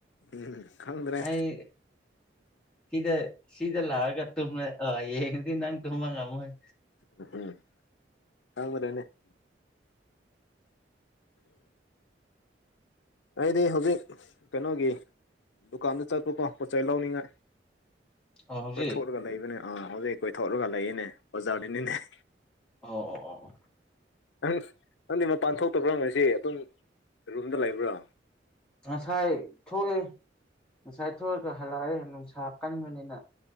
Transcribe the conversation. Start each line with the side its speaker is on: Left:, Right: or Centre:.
Left: ꯎꯝ ꯈꯪꯗ꯭ꯔꯦ
Centre: ꯑꯩ ꯁꯤꯗ ꯁꯤꯗ ꯂꯥꯛꯑꯒ ꯇꯨꯝꯕ ꯌꯦꯉꯗꯤ ꯅꯪ ꯇꯨꯝꯕ ꯉꯝꯃꯣꯏ
Left: ꯎꯝ <unintelligible> ꯑꯩꯗꯤ ꯍꯧꯖꯤꯛ ꯀꯩꯅꯣꯒꯤ ꯗꯨꯀꯥꯟꯗ ꯆꯠꯄꯀꯣ ꯄꯣꯠ ꯆꯩ ꯂꯧꯅꯤꯡꯉꯥꯏ
Centre: ꯑꯣ ꯍꯧꯖꯤꯛ
Left: ꯀꯣꯏꯊꯣꯛꯂꯒ ꯂꯩꯕꯅꯦ ꯑꯥ ꯍꯧꯖꯤꯛ ꯀꯣꯏꯊꯣꯛꯂꯒ ꯂꯩꯌꯦꯅꯦ ꯕꯖꯥꯔꯗꯅꯤꯅꯦ
Centre: ꯑꯣ ꯑꯣ ꯑꯣ
Left: ꯅꯪ ꯅꯪꯗꯤ ꯃꯄꯥꯟ ꯊꯣꯛꯇꯕ꯭ꯔꯣ ꯉꯁꯤ ꯑꯗꯨꯝ ꯔꯨꯝꯗ ꯂꯩꯕ꯭ꯔꯣ
Centre: ꯉꯁꯥꯏ ꯊꯣꯛꯢ ꯉꯁꯥꯏ ꯊꯣꯛꯑꯒ ꯍꯜꯂꯛꯑꯦ ꯅꯨꯡꯁꯥ ꯀꯟꯕꯅꯤꯅ